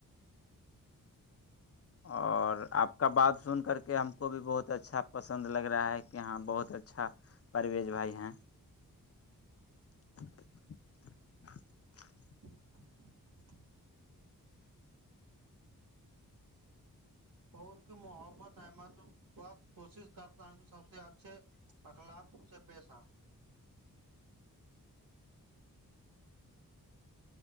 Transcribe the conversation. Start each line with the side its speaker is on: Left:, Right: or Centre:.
Left: اور آپ کا بات سن کر کے ہم کو بھی بہت اچھا پسند لگ رہا ہے کہ ہاں بہت اچھا پرویز بھائی ہیں <inaudible>
Right: <inaudible> تو ان کی محبت ہے میں تو بہت کوشش کرتا ہوں کہ سب سے اچھے اخلاق سے پیش آؤں